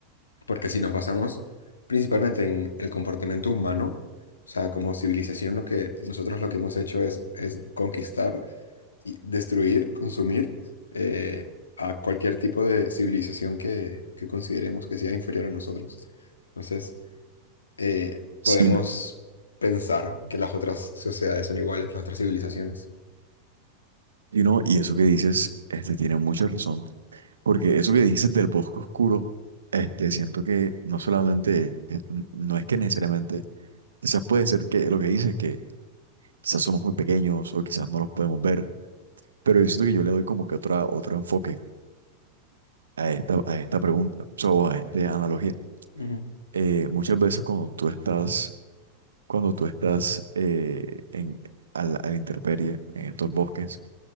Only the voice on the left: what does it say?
Porque si nos basamos principalmente en el comportamiento humano, o sea, como civilización, lo que nosotros lo que hemos hecho es, es conquistar y destruir, consumir eh, a cualquier tipo de civilización que, que consideremos que sea inferior a nosotros. Entonces, eh, podemos
pensar que las otras sociedades son iguales, las otras civilizaciones.
Ujú.